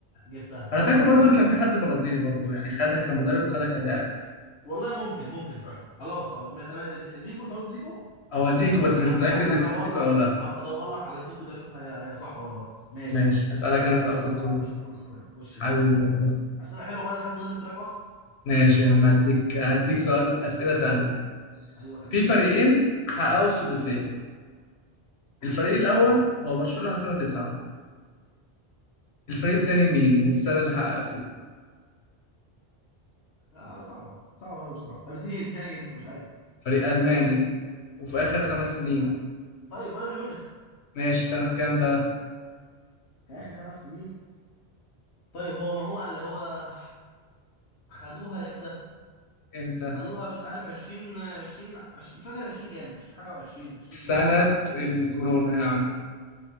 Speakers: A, on the left; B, on the left.
A: جبتها خلاص
B: انا فاكر برضو
A: يا عم
B: ان كان
A: احسن
B: في حد برازيلي برضو يعني خدها كمدرب وخدها كلاعب
A: والله ممكن ممكن فعلا خلاص خلاص ما تمام زيكو انت قلت زيكو
B: هو زيكو بس مش
A: هبقى
B: متاكد اذا
A: ادور
B: كان زيكو
A: لك
B: او لا
A: هبقى ادور لك على زيكو ده اشوفها هي هي صح ولا غلط ماشي
B: ماشي هسالك انا سؤال
A: خلاص
B: في الكوره
A: يا عم مش هتاخد استرايك خش
B: حبيبي
A: انت
B: والله
A: اسئله حلوه بقى اخاف اخد الاسترايك واخسر
B: ماشي يا عم هديك هديك سؤال اسئله سهله
A: ايوه خليك
B: في
A: جدع
B: فريقين حققوا السداسيه
A: حلو
B: الفريق الاول هو برشلونه 2009 الفريق
A: ماشي
B: التاني مين والسنه اللي حقق فيها
A: آه صعبه صعبه قوي بصراحه طب اديني اديني هي انت مش عارف
B: فريق الماني وفي اخر خمس سنين
A: آه. طيب بايرن ميونخ
B: ماشي سنه كام بقى
A: في اخر خمس سنين طيب هو ما هو اللي هو خدوها امتى
B: امتى
A: خدوها مش عارف 20 20 عش- مش فاكر 20 كام 20 حاجه و20 20
B: سنه الكورونا يا عم